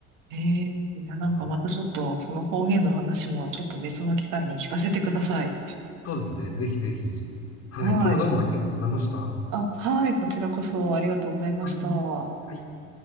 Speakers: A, on the right; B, on the left.
A: ええ、いや、なんかまたちょっと、
B: そうなんです
A: その方言の話もちょっと別の機会に聞かせてください。
B: そうですね。ぜひぜひ。はい。
A: はい。
B: 今日はどうもありがとうございました。は
A: あ、はい、こちらこそありがとうございました。
B: い。はい